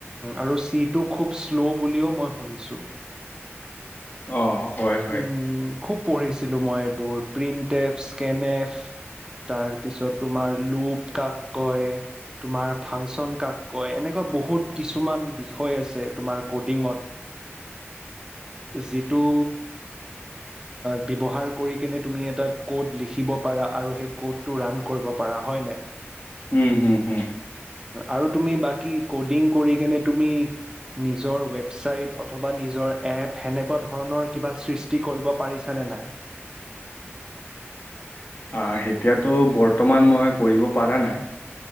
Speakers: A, on the right; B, on the left.
A: আৰু চিটো খুব শ্ল' বুলিও মই শুনিছোঁ
B: অ', হয় হয়।
A: উম, খুব পঢ়িছিলোঁ মই এইবোৰ প্ৰিণ্ট এফ স্কেনএফ তাৰপিছত তোমাৰ লোপ কাক কয় তোমাৰ ফাংচন কাক কয় এনেকুৱা বহুত কিছুমান বিষয় আছে তোমাৰ ক'ডিঙত যিটো ব্যৱহাৰ কৰি কেনে তুমি এটা ক'ড লিখিব পাৰা আৰু সেই ক'টো ৰাণ কৰিব পাৰা হয়নে
B: উম হুম হুম।
A: আৰু তুমি বাকী ক'ডিং কৰি কিনে তুমি নিজৰ ৱেবছাইট অথবা নিজৰ এপ সেনেকুৱা ধৰণৰ কিবা সৃষ্টি কৰিব পাৰিছানে নাই?
B: অ', এতিয়াতো বৰ্তমান মই কৰিব পাৰা নাই।